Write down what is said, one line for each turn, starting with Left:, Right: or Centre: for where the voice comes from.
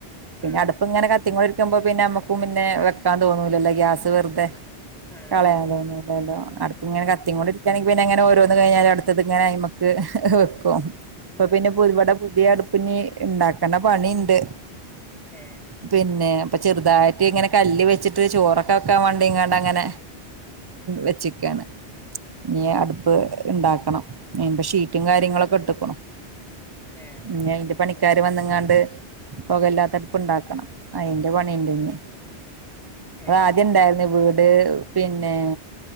Right: പിന്നെ
Centre: ആ
Right: അടുപ്പ് ഇങ്ങനെക ത്തികൊണ്ടിരിക്കുമ്പോ പിന്നെ നമ്മുക്കും പിന്നെ വെക്കാൻ തോന്നൂലല്ലോ ഗ്യാസ് അത് വെറുതെ
Centre: അതെ
Right: കളയാ
Centre: അതെ
Right: തോന്നൂല്ലല്ലോ അടുപ്പിങ്ങനെ
Centre: ഉം
Right: കത്തീംകൊണ്ടി ക്കാണെങ്കി പിന്നെ എങ്ങനെ ഓരോന്നന്ന് കഴിഞ്ഞാൽ അടുത്തത് ഇങ്ങനെ ആയ്മ്മക്ക് വെക്കും ഇപ്പൊ
Centre: അതെ
Right: പിന്നെ പ്പൊ ഒരുപാട് പുതിയ അടുപ്പിനി ഉണ്ടാക്കണ്ട പണിയുണ്ട്
Centre: ഏ
Right: പിന്നെ ഇപ്പൊ ചെറുതായിട്ട് ഇങ്ങന കല്ല് വെച്ചിട്ട് ചോറൊ ക്കക്കാൻ വണ്ടിയങ്ങാണ്ട് അങ്ങനെ വെച്ചക്കയാണ് ഇനി അടുപ്പ് ഇണ്ടാക്കണം അയിന്റെ ഷീറ്റും കാര്യങ്ങളൊക്കെ ഇട്ടക്കണു
Centre: ഏഹ്
Right: ഇഞ്ഞി അയിന്റെ പണിക്കാര് വന്നങ്ങാണ്ട് പൊകല്ലാത്തടുപ്പ് ഇണ്ടാ ക്കണം അയിന്റെ പണിന്റന്നി
Centre: ആ ഏ
Right: അത്ദ്യ ഇണ്ടായിരുന്നു വീട് പിന്നെ